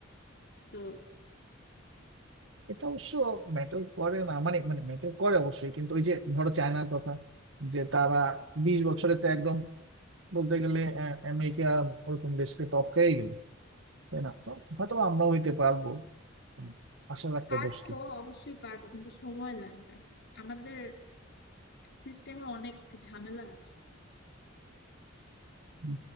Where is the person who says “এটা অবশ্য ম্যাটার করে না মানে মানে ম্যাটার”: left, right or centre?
Right